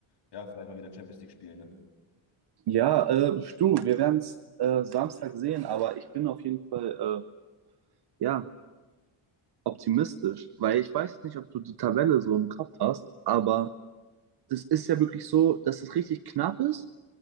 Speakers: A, on the left (about 50°); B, on the right (about 50°).
A: Ja, vielleicht mal wieder Champions League spielen, ne?
B: Ja, äh, du, wir werden es äh, Samstag sehen, aber ich bin auf jeden Fall, äh, ja, optimistisch. Weil ich weiß nicht, ob du die Tabelle so im Kopf hast, aber das ist ja wirklich so, dass es richtig knapp ist